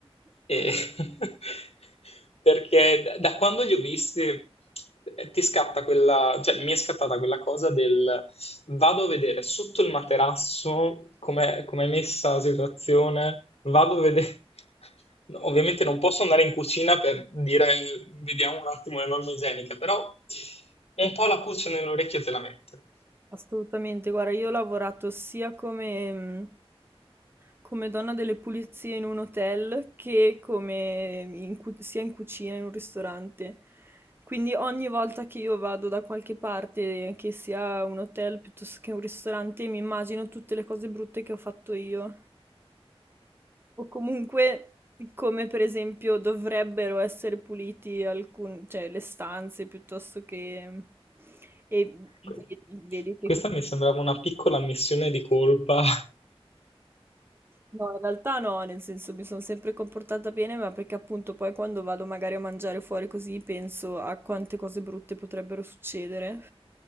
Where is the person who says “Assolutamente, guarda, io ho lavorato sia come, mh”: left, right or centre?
Right